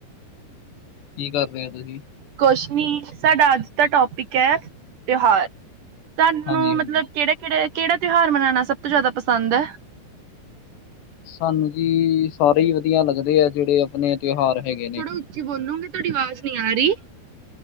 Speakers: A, on the left; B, on the right.
A: ਕੀ ਕਰ ਰਹੇ ਹੋ ਤੁਸੀਂ
B: ਕੁਛ <unintelligible> ਸਾਡਾ ਅੱਜ ਦਾ ਟੋਪਿਕ ਹੈ ਤਿਉਹਾਰ ਤੁਹਾਨੂੰ
A: ਹਾਂਜੀ
B: ਮਤਲਬ
A: ਹਾਂਜੀ
B: ਕਿਹੜੇ ਕਿਹੜੇ ਕਿਹੜਾ ਤਿਉਹਾਰ ਮਨਾਉਣਾ ਸਭ ਤੋਂ ਜ਼ਿਆਦਾ ਪਸੰਦ ਹੈ
A: ਸਾਨੂੰ ਜੀ ਸਾਰੇ ਹੀ ਵਧੀਆ ਲੱਗਦੇ ਆ ਜਿਹੜੇ ਆਪਣੇ ਤਿਉਹਾਰ ਹੈਗੇ ਨੇ
B: ਥੋੜਾ ਉੱਚੇ ਬੋਲੂਗੇ ਤੁਹਾਡੀ ਆਵਾਜ਼ ਨਹੀਂ ਆ ਰਹੀ